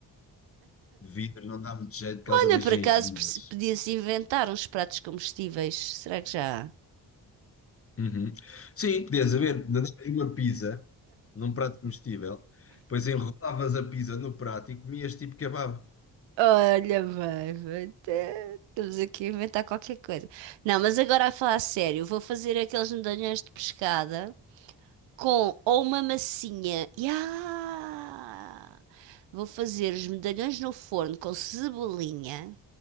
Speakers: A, on the left; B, on the right.
A: De vidro não dá muito jeito por
B: Olha,
A: causa das
B: por
A: gengivas.
B: acaso perce- podia-se inventar uns pratos comestíveis. Será que já há?
A: Uhum. Sim, podias haver mandavas uma pizza num prato comestível, depois enrolavas a pizza no prato e comias tipo kebab.
B: Olha, bem, bem, tá- estamos aqui a inventar qualquer coisa. Não, mas agora a falar a sério, vou fazer aqueles medalhões de pescada com ou uma massinha. Ya! Vou fazer os medalhões no forno com cebolinha.